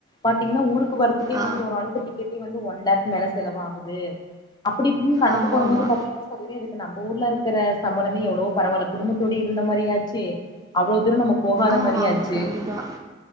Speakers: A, on the left; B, on the right.
A: பாத்தீங்கனா ஊருக்கு வர்றதுக்கே
B: ஆ.
A: வந்து ஒரு ஆளுக்கு டிக்கெட்டே வந்து ஒன் லேக் மேல செலவாகுது அப்டி இப்டின்னு கணக்கு
B: ஆமாமா.
A: போடும்போது இல்ல சகோதரி இதுக்கு நம்ம ஊர்ல இருக்கற சம்பளமே எவ்ளவோ பரவால குடும்பத்தோடயு இருந்த மாரி ஆச்சு அவ்ளோ தூரோ நம்ம போகாத
B: ஆமாமா.
A: மாரியாச்சு
B: கண்டிப்பா.